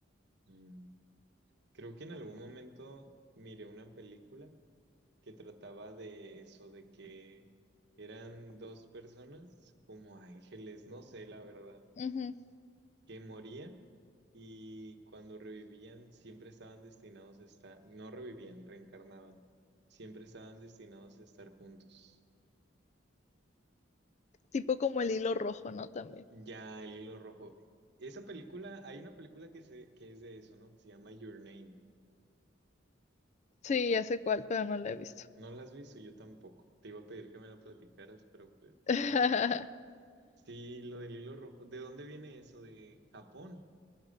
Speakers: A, on the right; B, on the left.
A: Mm, Creo que en algún momento miré una película que trataba de eso, de que eran dos personas como ángeles, no sé la verdad,
B: Ujú.
A: que morían y cuando revivían siempre estaban destinados a estar, no revivían, reencarnaban, siempre estaban destinados a estar juntos.
B: Tipo como el hilo rojo, ¿no? También.
A: Ya el hilo rojo. Esa película, hay una película que, se, que es de eso, ¿no? Que se llama Your Name.
B: Sí, ya sé cuál, pero no la
A: Tú
B: he visto.
A: no la has visto, yo tampoco. Te iba a pedir que me lo platicaras, pero pues bueno.
B: <laughs>
A: Sí, lo del hilo rojo. ¿De dónde viene eso? ¿De Japón?